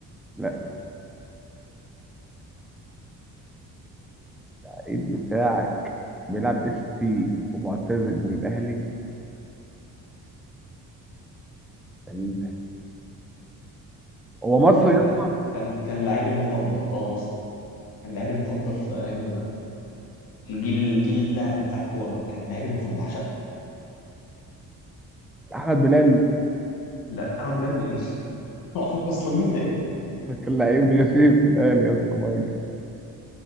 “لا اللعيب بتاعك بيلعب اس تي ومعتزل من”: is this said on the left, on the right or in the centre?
Centre